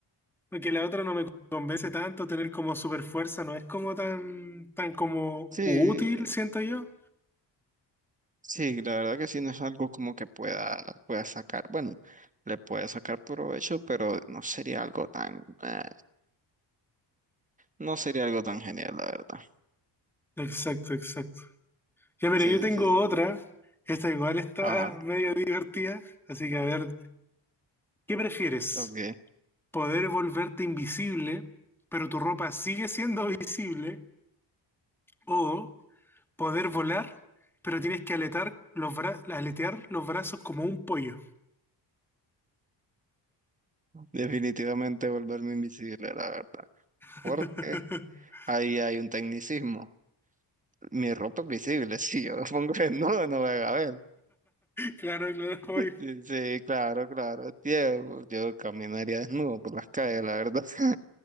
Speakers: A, in the centre; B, on the right.
A: porque la otra no me convence tanto, tener como super fuerza no es como tan, tan como
B: sí,
A: útil, siento yo.
B: Sí, la verdad que sí, no es algo como que pueda, pueda sacar, bueno, le puede sacar provecho, pero no sería algo tan, eh, no sería algo tan genial, la verdad.
A: Exacto, exacto. Ya, mira,
B: Sí,
A: yo tengo
B: sí,
A: otra.
B: sí.
A: Esta igual está
B: Ajá,
A: <laughs> medio divertida, así que a ver, ¿Qué prefieres?
B: ok.
A: ¿Poder volverte invisible, pero tu ropa sigue siendo <laughs> visible? ¿O poder volar, pero tienes que aletar los bra- aletear los brazos como un pollo?
B: Definitivamente volverme invisible, la verdad.
A: <laughs>
B: Porque ahí hay un tecnicismo. Mi ropa es visible, <laughs> si yo me pongo desnudo no me van a ver.
A: Claro, claro, obvio.
B: Sí, sí, claro, claro. Tío, yo caminaría desnudo por las calles, la verdad. <laughs>